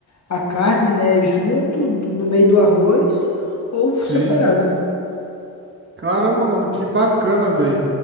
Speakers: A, on the left; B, on the right.
A: a carne, né, junto do- no meio do arroz ou separado.
B: Sim. Caramba, mano, que bacana, velho.